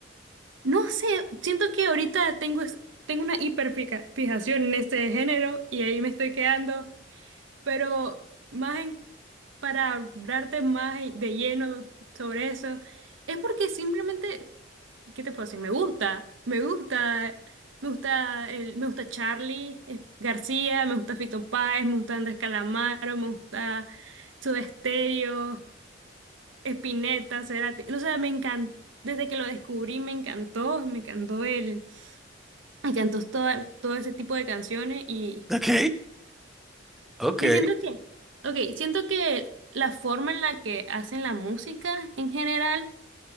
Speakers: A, on the right (about 80°); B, in the centre.
A: No sé, siento que ahorita tengo, es- tengo una hiperfijación en este género y ahí me estoy quedando, pero más en- para hablarte más de lleno sobre eso, es porque simplemente, ¿qué te puedo decir? Me gusta, me gusta, me gusta, el, me gusta Charly eh, García, me gusta Fito Páez, me gusta Andrés Calamaro, me gusta Soda Stereo, Spinetta, Cerati, o sea, me encantó, desde que lo descubrí me encantó, me encantó el, me encantó toda- todo ese tipo de canciones y,
B: Ok, <laughs> ok,
A: y siento que, ok, siento que la forma en la que hacen la música en general,